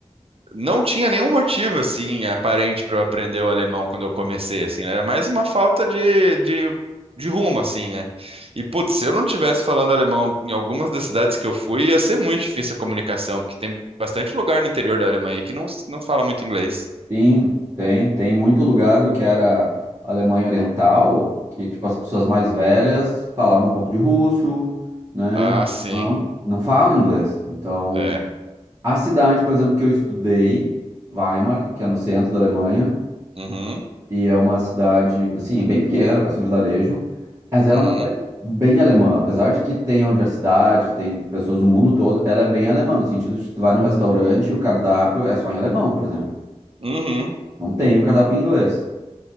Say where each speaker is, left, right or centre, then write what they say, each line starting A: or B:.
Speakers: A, on the right; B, on the right.
A: não tinha nenhum motivo assim aparente para eu aprender o alemão quando eu comecei, assim, né? Era mais uma falta de, de, de rumo, assim, né? E putz, se eu não tivesse falando alemão em algumas das cidades que eu fui, ia ser muito difícil a comunicação, porque tem bastante lugar no interior da Alemanha que não, não fala muito inglês.
B: Sim, tem, tem muito lugar do que era Alemanha Oriental, que tipo as pessoas mais velhas falavam um pouco de russo, né?
A: Ah, sim.
B: Alemão, não falam inglês. Então,
A: É.
B: a cidade, por exemplo, que eu estudei, Weimar, que é no centro da Alemanha,
A: Uhum,
B: e é uma cidade, assim, é bem pequena, parece um vilarejo, mas ela
A: uhum,
B: é uma cidade bem alemã, apesar de que tem a universidade, tem pessoas do mundo todo, ela é bem alemã, no sentido de que tu vai num restaurante e o cardápio é só em alemão, por exemplo.
A: uhum.
B: Não tem um cardápio em inglês.